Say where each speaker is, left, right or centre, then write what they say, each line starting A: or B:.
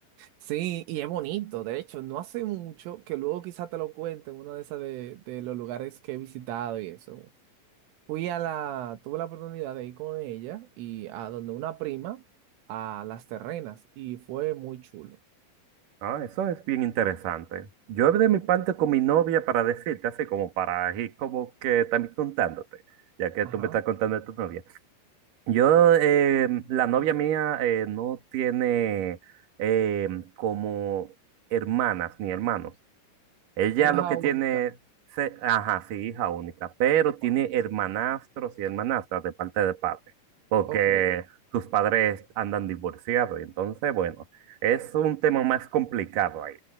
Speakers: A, on the right (about 75°); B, on the right (about 50°).
A: sí, y es bonito. De hecho, no hace mucho que luego quizá te lo cuente uno de esas de, de los lugares que he visitado y eso. Fui a la, tuve la oportunidad de ir con ella y a donde una prima, a Las Terrenas, y fue muy chulo.
B: Ah, eso es bien interesante. Yo de mi parte con mi novia para decirte así como para ir como que también contándote, ya que
A: Ajá.
B: tú me estás contando de tu novia. Yo, eh, la novia mía eh, no tiene eh, como hermanas ni hermanos. Ella
A: Ella
B: lo
A: es jamaicana.
B: que tiene, se- ajá, sí, hija única, pero tiene
A: Wow.
B: hermanastros y hermanastras de parte de padre, porque
A: Ok,
B: sus padres andan divorciados, y entonces, bueno, es un tema más complicado ahí.